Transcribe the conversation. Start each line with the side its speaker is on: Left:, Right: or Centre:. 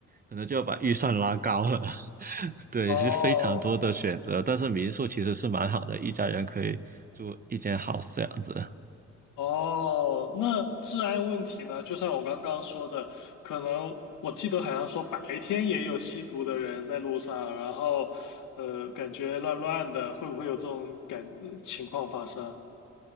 Right: 可能就要把预算拉高了。<laughs> 对，
Left: 哦
Right: 是非常多的选择，但是民宿其实是蛮好的，一家人可以住一间 house 这样子。
Left: 哦，那治安问题呢？就像我刚刚说的，可能我记得好像说白天也有吸毒的人在路上，然后呃，感觉乱乱的，会不会有这种感呃情况发生啊